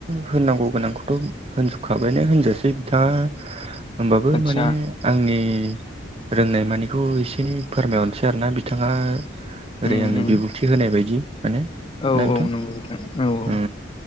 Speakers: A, on the right; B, on the left.
A: होननांगौ गोनांखौ। होनजोबखाबायानो होनजासै बिथाङा होनोमबाबो
B: आदसा
A: माने आंनि रोंनाय मानिखौ एसे एनै फोरमायहरनोसै आरोना बिथाङा ओरै
B: उम
A: आंनो
B: उम
A: बिबुंथि होनाय बादि माने
B: औ
A: ना बिथां।
B: औ नंगौ औ औ